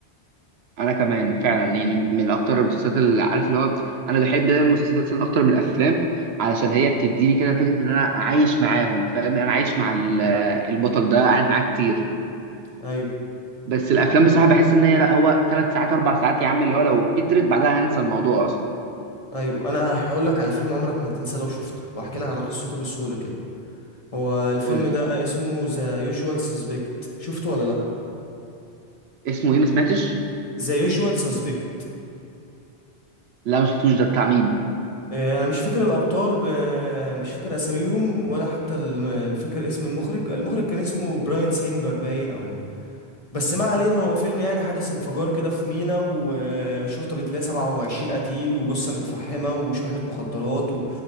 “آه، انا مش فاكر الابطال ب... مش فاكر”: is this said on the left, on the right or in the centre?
Left